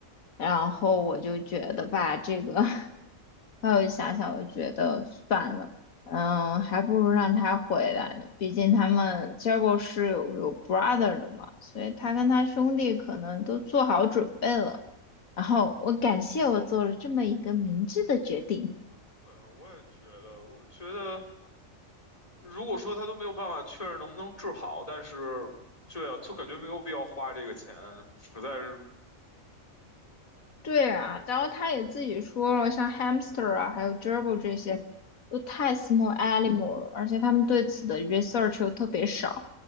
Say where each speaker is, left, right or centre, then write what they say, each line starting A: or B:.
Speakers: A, on the left (about 80°); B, on the left (about 25°).
A: 然后我就觉得吧，这个，<laughs> 后来我就想想，
B: 觉得，
A: 我就觉得算了，嗯，还不如让他回来呢。毕竟他们 j e r b i l 是有有 brother 的嘛，所以他跟他兄弟可能都做好准备了。然后我感谢我做了这么一个明智的决定。
B: 对，我也觉得，我觉得，如果说他都没有办法确认能不能治好，但是，对啊，就感觉没有必要花这个钱，实在是，
A: 对啊，然后他也自己说了，像 hamster 啊，还有 gerbil 这些，都太 small animal 了，而且他们对此的 research 又特别少，